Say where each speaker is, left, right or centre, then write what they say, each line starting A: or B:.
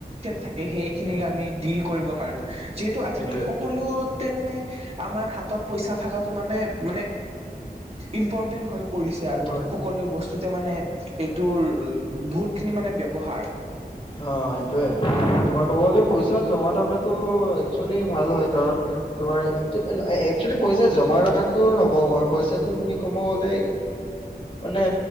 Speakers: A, on the right (about 40°); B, on the left (about 35°).
A: থাকে সেইখিনিক আমি ডিল কৰিব পাৰো। যিহেতু আজিকালি
B: সেইটোয়ে
A: সকলো। মানে আমাৰ হাতত পইচা থকাটো মানে - মানে। ইম্পৰ্টেণ্ট হৈ পৰিছে
B: ইম্পৰ-
A: আৰু মানে সকলো বস্তুতে মানে। তোৰ বহুতখিনি মানে ব্যয়ৱহাৰ।
B: অ' সেইটোৱে তোমাৰ ক'ব গ'লে পইচা জমা থকাটো একচুৱেলি ভাল হয় কাৰণ। তোমাৰ একচুৱেলি পইচা জমা ৰখাতটো নকওঁ মই পইচাটো তুমি কমব গলে। মানে